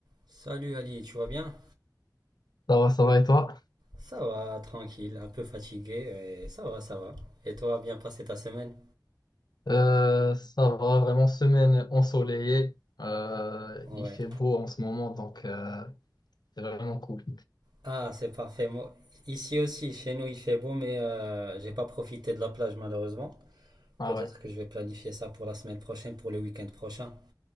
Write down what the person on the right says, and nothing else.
Salut Ali, tu vas bien?
Ça va, tranquille, un peu fatigué, et ça va, ça va. Et toi, bien passé ta semaine?
Ouais.
Ah, c'est parfait. Moi, ici aussi, chez nous, il fait beau, mais euh, j'ai pas profité de la plage malheureusement.
Peut-être
que je vais planifier ça pour la semaine prochaine, pour le week-end prochain.